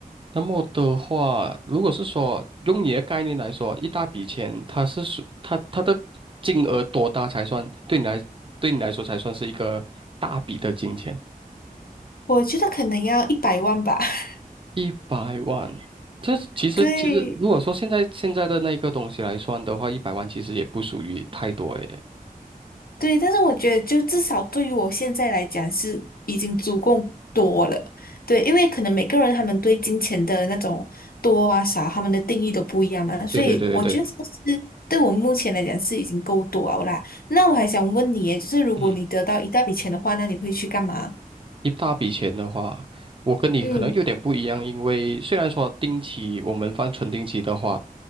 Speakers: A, on the right (about 35°); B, on the left (about 75°).
A: 那么的话，如果是说用你的概念来说，一大笔钱，它是属它它的金额多大才算对你来对你来说才算是一个大笔的金钱？
B: 我觉得可能要一百万吧。<laughs>
A: 一百万，这是其实其实如果说现在现在的那个东西来算的话，
B: 对
A: 一百万其实也不属于太多诶。
B: 对，但是我觉得就至少对于我现在来讲是已经足够多了。对，因为可能每个人他们对金钱的那种多啊少，他们的定义都不一样嘛，所以我觉得这个是对我目前来讲是已经够多了啦。
A: 对对对对对，
B: 那我还想问你耶，就是如果你得到一大笔钱的话，
A: 嗯，
B: 那你会去干嘛？
A: 一大笔钱的话，我跟你可能有点不一样，
B: 嗯
A: 因为虽然说定期我们放存定期的话，